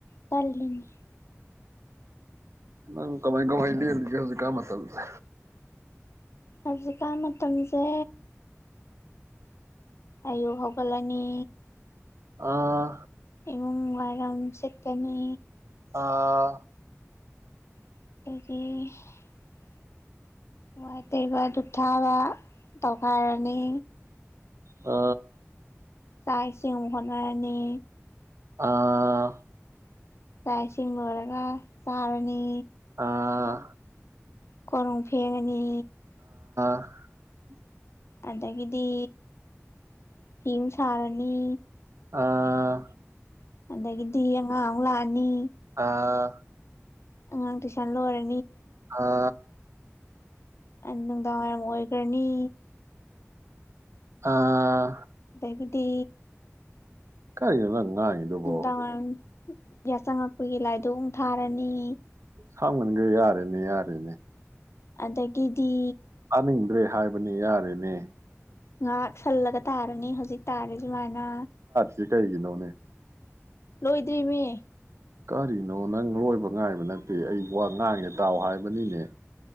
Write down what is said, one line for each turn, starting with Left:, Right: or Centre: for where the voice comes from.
Left: ꯇꯜꯂꯤꯅꯤ
Right: ꯅꯪ ꯀꯃꯥꯏ ꯀꯃꯥꯏ ꯂꯦꯂꯤꯒꯦ ꯍꯧꯖꯤꯛꯀꯥꯟ ꯃꯇꯝꯁꯦ
Left: ꯍꯧꯖꯤꯛꯀꯥꯟ ꯃꯇꯝꯁꯦ ꯑꯌꯨꯛ ꯍꯧꯒꯠꯂꯅꯤ
Right: ꯑꯥ
Left: ꯏꯃꯨꯡ ꯋꯥꯏꯔꯝ ꯁꯤꯠꯀꯅꯤ
Right: ꯑꯥ
Left: ꯑꯩꯗꯤ ꯋꯥꯢ ꯇꯩꯕ ꯗꯨꯛ ꯊꯥꯕ ꯇꯧ ꯊꯥꯔꯅꯤ
Right: ꯑ
Left: ꯆꯥꯛꯏꯁꯤꯡ ꯑꯃꯨꯛ ꯍꯣꯠꯅꯔꯅꯤ
Right: ꯑꯥ
Left: ꯥꯆꯥ ꯏꯁꯤꯡ ꯂꯣꯢꯔꯒꯥ ꯆꯔꯅꯤ
Right: ꯑꯥ
Left: ꯀꯣꯔꯣꯡ ꯐꯦꯡꯉꯅꯤ
Right: <inaudible>
Left: ꯑꯗꯒꯤꯗꯤ ꯐꯤ ꯑꯃꯨꯛ ꯁꯥꯔꯅꯤ
Right: ꯑꯥ
Left: ꯑꯗꯒꯤꯗꯤ ꯑꯉꯥꯡ ꯑꯃꯨꯛ ꯂꯥꯛꯑꯅꯤ ꯅꯤ
Right: ꯑꯥ
Left: ꯑꯥꯉꯥꯡ ꯇꯨꯁꯟ ꯂꯣꯢꯔꯅꯤ
Right: ꯍꯥ
Left: ꯅꯨꯡꯗꯥꯡꯋꯥꯏꯔꯝ ꯑꯣꯏꯒ꯭ꯔꯅꯤ
Right: ꯑꯥ
Left: ꯑꯗꯒꯤꯗꯤ
Right: ꯀꯩꯅꯣ ꯅꯪ ꯉꯥꯡꯉꯤꯗꯨꯕꯣ
Left: ꯅꯨꯡꯗꯥꯡꯋꯥꯔꯝ ꯋꯥꯆꯪꯉꯛꯄꯒꯤ ꯂꯥꯏꯗꯨꯛ ꯑꯃꯨꯛ ꯊꯥꯔꯅꯤ
Right: ꯍꯛ ꯃꯟꯔꯦ ꯌꯥꯔꯦꯅꯦ ꯌꯥꯔꯦꯅꯦ
Left: ꯑꯗꯒꯤꯗꯤ
Right: ꯇꯥꯅꯤꯡꯗ꯭ꯔꯦ ꯍꯥꯏꯕꯅꯤ ꯌꯥꯔꯦꯅꯦ
Left: ꯉꯥꯏꯍꯥꯛ ꯁꯜꯂꯒ ꯇꯥꯔꯅꯤ ꯍꯧꯖꯤꯛ ꯍꯧꯖꯤꯛ ꯇꯥꯔꯤꯁꯨꯃꯥꯏꯅ
Right: ꯁꯤ ꯀꯩꯒꯤ ꯅꯣꯅꯦ
Left: ꯂꯣꯏꯗ꯭ꯔꯤꯃꯤ
Right: ꯀꯔꯤꯅꯣ ꯅꯪ ꯂꯣꯏꯕ ꯉꯥꯏꯕ ꯅꯠꯇꯦ ꯑꯩ ꯋꯥ ꯉꯥꯡꯉꯦ ꯇꯥꯎ ꯍꯥꯏꯕꯅꯤꯅꯦ